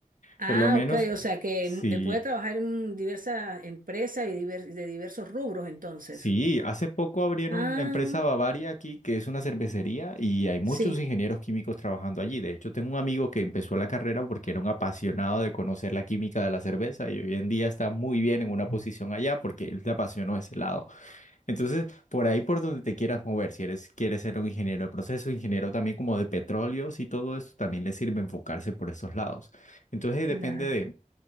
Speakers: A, on the right; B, on the left.
A: Ah,
B: Por lo menos,
A: ok, o sea que
B: si
A: eh, puede trabajar en diversas empresas y diver- de diversos rubros entonces.
B: Sí, hace poco abrieron
A: Ah,
B: la empresa Bavaria aquí, que es una cervecería, y hay muchos
A: sí.
B: ingenieros químicos trabajando allí. De hecho, tengo un amigo que empezó la carrera porque era un apasionado de conocer la química de la cerveza y hoy en día está muy bien en una posición allá porque él le apasionó ese lado. Entonces, por ahí por donde te quieras mover, si eres, quieres ser un ingeniero de proceso, ingeniero también como de petróleos y todo eso, también le sirve enfocarse por esos lados. Entonces,
A: Claro.
B: depende